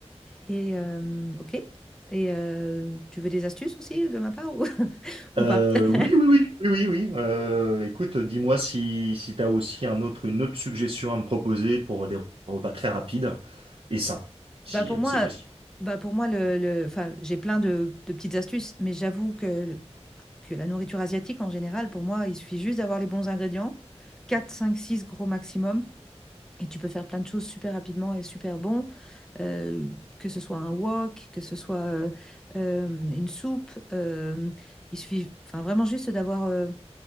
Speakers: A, in the centre; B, on the right.
A: Et euh, ok. Et euh, tu veux des astuces aussi de ma part ou, <laughs> ou
B: Euh,
A: pas? <laughs>
B: oui, oui, oui, oui, oui, oui. Euh, écoute, dis-moi si, si tu as aussi un autre, une autre suggestion à me proposer pour des repas très rapides et sains, si
A: Bah pour
B: euh,
A: moi,
B: c'est possible.
A: bah pour moi le, le- enfin, j'ai plein de, de petites astuces, mais j'avoue que, que la nourriture asiatique, en général, pour moi, il suffit juste d'avoir les bons ingrédients, 4, 5, 6 gros maximum, et tu peux faire plein de choses super rapidement et super bon, euh, que ce soit un wok, que ce soit euh, euh, une soupe. euh, il suffit enfin, vraiment juste d'avoir euh,